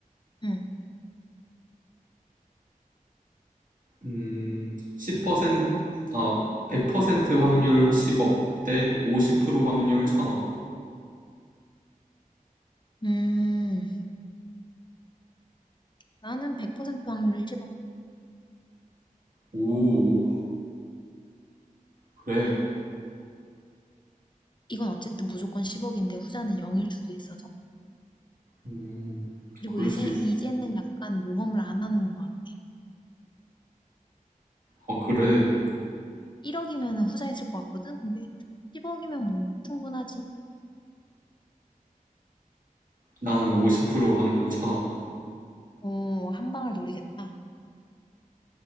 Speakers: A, on the left (about 35°); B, on the right (about 70°).
A: 음,
B: 음, 10%, 아, 100% 확률 10억 대 50% 확률 1000억.
A: 음. 나는 100% 확률 10억.
B: 오, 그래.
A: 이건 어쨌든 무조건 10억인데 후자는 0일 수도 있어서.
B: 음,
A: 그리고
B: 그럴
A: 이제,
B: 수 있,
A: 이제는 약간 모험을 안 하는 것 같아.
B: 어, 그래.
A: 1억이면 후자였을 것 같거든? 근데 10억이면 뭐, 충분하지.
B: 나는 50% 확률 찬업.
A: 어, 한 방을 노리겠다.